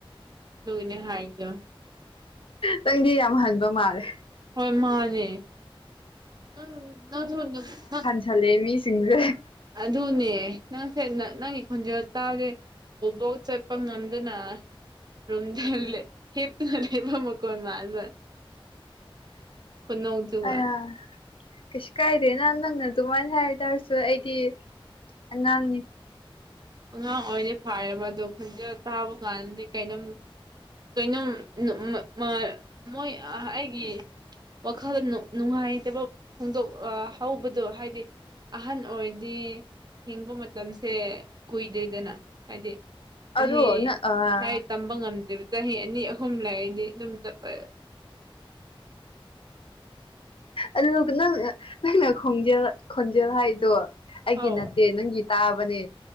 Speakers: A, on the right (about 45°); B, on the left (about 65°).
A: ꯑꯗꯨꯒꯤꯅꯦ ꯍꯥꯏꯗꯣ
B: ꯅꯪꯗꯤ ꯌꯥꯝ ꯍꯟꯕ ꯃꯥꯜꯂꯦ
A: ꯍꯣꯏ ꯃꯥꯅꯦ <unintelligible>
B: ꯊꯂꯦ ꯃꯤꯁꯤꯡꯁꯦ
A: ꯑꯗꯨꯅꯦ ꯅꯪꯁꯦ ꯅꯪ ꯅꯪꯒꯤ ꯈꯣꯟꯖꯦꯜ ꯇꯥꯕꯁꯦ ꯕꯨꯕꯣꯛ ꯆꯠꯄ ꯉꯝꯗꯅ ꯔꯨꯝꯗ ꯂꯩ ꯍꯤꯞꯂ ꯂꯩꯕ ꯃꯈꯣꯟ ꯃꯥꯟꯕ ꯈꯨꯅꯣꯛꯇꯨꯒ
B: ꯑꯌꯥ ꯀꯩꯁꯨ ꯀꯥꯏꯗꯦꯅ ꯅꯪꯅ ꯑꯗꯨꯃꯥꯏꯅ ꯍꯥꯏꯔ ꯇꯥꯔꯁꯨ ꯑꯩꯗꯤ ꯑꯉꯥꯡꯅꯤ
A: ꯑꯉꯥꯡ ꯑꯣꯏꯔꯗꯤ ꯐꯥꯔꯦꯕ ꯑꯗꯣ ꯈꯣꯟꯖꯦꯟ ꯇꯥꯕ ꯀꯥꯟꯗꯗꯤ ꯀꯩꯅꯣꯝ ꯀꯩꯅꯣꯝ <unintelligible> ꯃꯣꯏ ꯑꯥ ꯑꯩꯒꯤ ꯋꯥꯈꯜ ꯅꯨꯡ ꯅꯨꯡꯉꯥꯏꯇꯕ ꯐꯣꯡꯗꯣꯛ ꯑ ꯍꯧꯕꯗꯣ ꯍꯥꯏꯗꯤ ꯑꯍꯟ ꯑꯣꯏꯔꯗꯤ ꯍꯤꯡꯕ ꯃꯇꯝꯁꯦ ꯀꯨꯏꯗꯦꯗꯅ ꯍꯥꯏꯗꯤ ꯆꯍꯤ
B: ꯑꯗꯣ ꯅꯪ ꯑꯥ
A: ꯍꯥꯏ ꯇꯝꯕ ꯉꯝꯗꯦꯕ ꯆꯍꯤ ꯑꯅꯤ ꯑꯍꯨꯝ ꯂꯩꯗꯤ ꯑꯗꯨꯝ ꯆꯠꯄ
B: ꯑꯗꯨ ꯅꯪ ꯅꯪꯅ ꯈꯣꯡꯖꯦꯜ ꯈꯣꯟꯖꯦꯜ ꯍꯥꯏꯗꯣ ꯑꯩꯒꯤ
A: ꯑꯧ
B: ꯅꯠꯇꯦ ꯅꯪꯒꯤ ꯇꯥꯕꯅꯦ